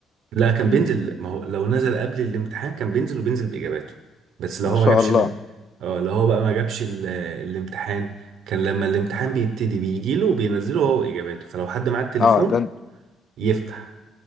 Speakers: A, on the right (about 80°); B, on the left (about 45°).
A: لا كان بينزل ما هو لو نزل قبل الامتحان كان بينزل وبينزل باجاباته بس لو
B: ما
A: هو
B: شاء
A: ما جابش
B: الله
A: ال اه لو هو بقى ما جابش ال... الامتحان كان لما الامتحان بيبتدي بيجيله وبينزله هو واجاباته فلو حد معاه التليفون
B: اه ده
A: يفتح